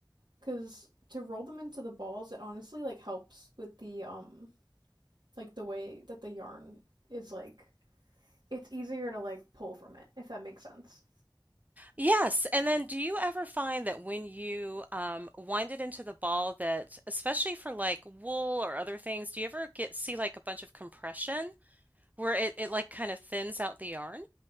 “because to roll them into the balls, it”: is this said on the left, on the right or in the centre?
Right